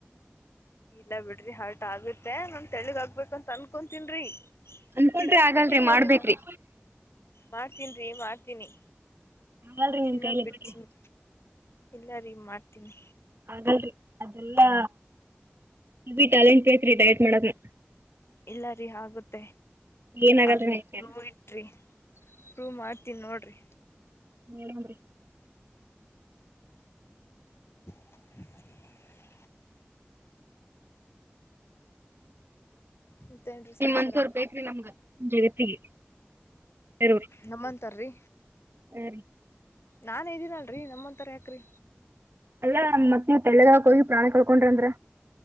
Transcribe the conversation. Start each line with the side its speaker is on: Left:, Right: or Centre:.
Left: ಇಲ್ಲ ಬಿಡ್ರಿ ಹಾಟ್ ಆಗುತ್ತೆ ನಮ ತಳಿಗ್ಗ್ಬೇಕಂತ ಅನ್ಕೊತನ್ಿ
Right: ಅನ್ಕೊಂಡ್ರಿ
Left: ತಿನ್ನೋದ್
Right: ಆಗಲ್ರಿ
Left: ಬಿಟ್ಟಿದ್ದೇರಿೀ
Right: ಮಾಡ್ಬೇಕ್ರಿ
Left: ನಾ ಮಾಡ್ತೀನ್ ರೀ ಮಾಡ್ತೀನಿ
Right: ಆಗಲ್ರಿ ನಿಮ್
Left: ಚಿನ್ನದ್
Right: ಕೈಲಿ
Left: ಬಿಡ್ತೀನಿ
Right: ಬಿಡ್ರಿ
Left: ಎಲ್ಲ ರೀ ಮಾಡ್ತೀನಿ
Right: ಹಾಗಲ್ ಅದೆಲ್ಲಾ ಬಿ ಟ್ಯಾಲೆಂಟ್ ಬೇ ರೀ ಡಯಟ್ ಮಾಡಕ್ನ
Left: ಇಲ್ಲ ರೀ ಆಗುತ್ತೆ
Right: ಏನ್ ಆಗಲ್ರಿ
Left: ಅವಲ್
Right: ನನ್ ಕೈಲ
Left: ಪ್ಲೂ ಇಟ್ರಿ ರೂ ಮಾಡ್ತೀನಿ ನೋಡ್ರಿ
Right: ನೀನ್ರಿ
Left: <inaudible> ಮತ್ತೇನು ರೀ
Right: ನಿಮ್ಂದಸವರ್
Left: ಸಮಾಚಾರ
Right: ಬೇಕ ರೀ ನಮ್ಗ ಜಗತ್ತಿಗೆ ಬೇರೆವ್ರು
Left: ನಮ್ಮಂತಾರಿ
Right: ಹಾ ರೀ
Left: ನಾ ಇದ್ದೀನಲ್ರರಿ ನಮ್ಮಂತರ ಯಾಕ್ರಿ
Right: ಎಲ್ಲಾ ಮಕ್ಕ ತೆಳ್ಳದಾಕ ಹೋಗಿ ಪ್ರಾಣಿ ಕಳ್ಕೊಂಡ್ರ ಅಂದ್ರ